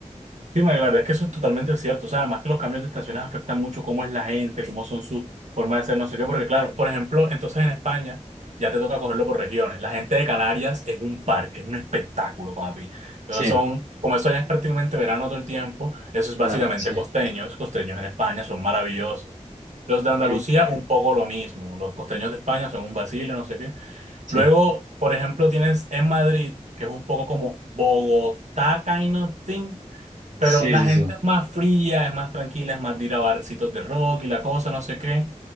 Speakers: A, on the right (about 65°); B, on the right (about 80°).
A: Sí, María, la verdad es que eso es totalmente cierto. O sea, además que los cambios de estaciones afectan mucho cómo es la gente, cómo son sus formas de ser, no sé qué. Porque, claro, por ejemplo, entonces en España ya te toca cogerlo por regiones. La gente de Canarias es un parque, es un espectáculo, papi. Ellos
B: Sí,
A: son, como eso ya es prácticamente verano todo el tiempo, eso es básicamente
B: la, sí.
A: costeños. Costeños en España son maravillosos. Los de
B: Ok.
A: Andalucía, un poco lo mismo. Los costeños de España son un vacilo, no sé qué.
B: Sí,
A: Luego, por ejemplo, tienes en Madrid, que es un poco como Bogotá kind of thing
B: sí,
A: pero la
B: sí,
A: gente
B: sí.
A: es más fría, es más tranquila, es más de ir a barcitos de rock y la cosa, no sé qué.